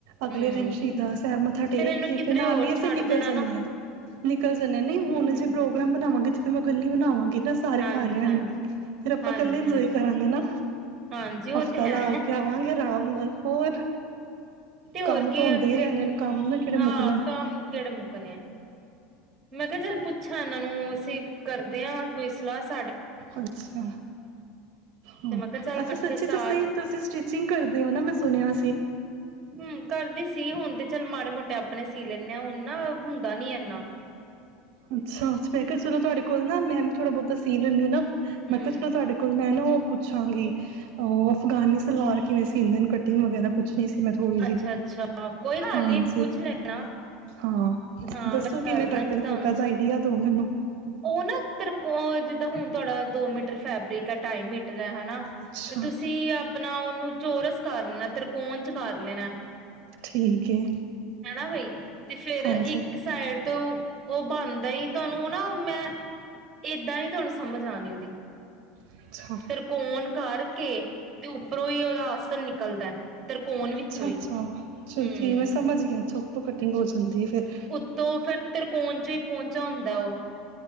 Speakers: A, on the right; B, on the right.
A: ਅਗਲੇ
B: ਹੂੰ
A: ਦਿਨ ਸ਼ਹੀਦਾਂ ਸਾਹਿਬ ਮੱਥਾ ਟੇਕ
B: ਫੇਰ ਇਹਨੂੰ
A: ਕੇ
B: ਕਿਧਰੇ
A: ਫਿਰ ਨਾਲ
B: ਹੋਰ
A: ਹੀ ਅਸੀਂ
B: ਛੱਡ
A: ਨਿਕਲ
B: ਦੇਣਾ
A: ਜਾਣੇ
B: ਨਾ
A: ਹਾਂ। ਨਿਕਲ ਜਾਣ। ਹੁਣ
B: ਹੂੰ,
A: ਜੇ ਪ੍ਰੋਗਰਾਮ ਬਣਾਵਾਂਗੇ। ਤੇ ਮੈਂ ਕੱਲੀ ਬਣਾਵਾਂਗੀ। ਗੀ ਨਾ ਸਾਰੇ
B: ਹਾਂਜੀ,
A: ਘਰ ਰਹਿਣਗੇ
B: ਹਾਂਜੀ,
A: ਫੇਰ ਆਪਾਂ
B: ਹਾਂਜੀ,
A: ਇਕੱਲੇ ਇੰਜੋਏ
B: ਹਾਂਜੀ।
A: ਕਰਾਂਗੇ ਨਾ
B: ਹਾਂਜੀ, ਉਹ
A: ਹਫ਼ਤਾ
B: ਤੇ ਹੈ
A: ਲਾ ਕੇ ਆਵਾਂਗੇ ਆਰਾਮ ਨਾਲ ਹੋਰ
B: ਤੇ ਹੋਰ
A: ਕੰਮ ਤਾਂ
B: ਕੀ
A: ਹੁੰਦੇ
B: ਅਸੀਂ
A: ਹੀ ਰਹਿਣੇ ਕੰਮ ਨੇ ਕਿਹੜੇ ਮੁੱਕਨਾ।
B: ਆਹ ਕੰਮ ਕਿਹੜੇ ਮੁੱਕਣੇ ਆ। ਮੈਂ ਕਿਹਾ ਚੱਲ ਪੁੱਛਾਂ ਇਹਨਾਂ ਨੂੰ ਅਸੀਂ ਕਰਦੇ ਹਾਂ। ਕੋਈ ਸਲਾਹ ਸੀ।
A: ਅੱਛਾ, ਹਾਂ,
B: ਤੇ ਮੈਂ ਕਿਹਾ ਚੱਲ
A: ਅੱਛਾ।
B: ਇਕੱਠੇ
A: ਸੱਚੀ
B: ਸਾਥ
A: ਤੁਸੀਂ ਤੁਸੀਂ ਸਟਿਚਿੰਗ ਕਰਦੇ ਹੋ ਨਾ ਮੈਂ ਸੁਣਿਆ ਸੀ।
B: ਹੂੰ ਕਰਦੀ ਸੀ। ਹੁਣ ਤੇ ਚੱਲ ਮਾੜੇ ਮੋਟਾ ਕੱਪੜੇ ਸੀ ਲੈਂਨੇ ਹਾਂ ਹੁਣ ਨਾ ਹੁੰਦਾ ਨੀ ਇੰਨਾ।
A: ਅੱਛਾ, ਮੈਂ ਕਿਹਾ ਚਲੋ ਤੁਹਾਡੇ ਕੋਲ ਨਾ ਮੈਂ ਥੋੜਾ ਬਹੁਤਾ ਸੀ ਲੈਂਦੀ ਹਾਂ।
B: ਹੂੰ
A: ਮੈਂ ਕਿਹਾ ਚਲੋ ਤੁਹਾਡੇ ਕੋਲ ਮੈਂ ਨਾ ਉਹ ਪੁੱਛਾਂਗੀ ਉਹ ਅਫਗਾਨੀ ਸਲਵਾਰ ਕਿਵੇਂ ਸੀਦੇ ਨੇ ਕਟਿੰਗ ਵਗੈਰਾ ਪੁੱਛਣੀ ਸੀ। ਮੈਂ ਥੋੜ੍ਹੀ ਜਿਹੀ
B: ਅੱਛਾ, ਅੱਛਾ ਕੋਈ ਗੱਲ
A: ਹਾਂਜੀ
B: ਨੀ ਪੁੱਛ ਲੈਣਾ।
A: ਹਾਂ
B: ਹਾਂ,
A: ਦੱਸੋ
B: ਮੈਂ ਦੱਸ
A: ਕਿਵੇਂ ਕਰਦੇ
B: ਦਾਂਗੀ
A: ਨੇ
B: ਤੁਹਾਨੂੰ।
A: ਹਲਕਾ ਜਿਹਾ ਆਈਡੀਆ ਦੋ ਮੈਨੂੰ।
B: ਉਹ ਨਾ ਤਰਕੋ ਜਿੱਦਾਂ ਹੁਣ ਤੁਹਾਡਾ ਦੋ ਮੀਟਰ ਫੈਬਰਿਕ ਆ ਢਾਈ ਮੀਟਰ ਹਨਾ
A: ਅੱਛਾ
B: ਤੇ ਤੁਸੀਂ ਆਪਣਾ ਉਹਨੂੰ ਚੋਰਸ ਕਰਨਾ। ਕੌਣ ਚ ਕਰ ਲੈਣਾ।
A: ਠੀਕ ਹੈ
B: ਹੈਨਾ ਬਈ ਤੇ ਫਿਰ
A: ਹਾਂਜੀ
B: ਇੱਕ ਸਾਈਡ ਤੋਂ ਉਹ ਬਣਦਾ ਤੁਹਾਨੂੰ ਨਾ ਮੈਂ ਏਦਾਂ ਨੀ ਤੁਹਾਨੂੰ ਸਮਝ ਆਣੀ ਉਹਦੀ।
A: ਅੱਛਾ
B: ਤ੍ਰਕੋਣ ਕਰਕੇ ਤੇ ਉੱਪਰੋਂ ਹੀ ਉਹਦਾ ਆਸਣ ਨਿਕਲਦਾ। ਤਿਰਕੋਣ ਵਿੱਚੋਂ
A: ਅੱਛਾ,
B: ਹੀ
A: ਅੱਛਾ। ਚਲੌ
B: ਹੂੰ
A: ਠੀਕ ਮੈਂ ਸਮਝ ਗਿਆ ਛੱਤ ਤੋਂ ਹੋ ਜਾਂਦੀ ਫਿਰ ਹੈ।
B: ਉੱਤੋਂ ਫਿਰ ਕੌਣ ਚੋਂ ਹੀ ਪਹੁੰਚਾ ਹੁੰਦਾ ਉਹ।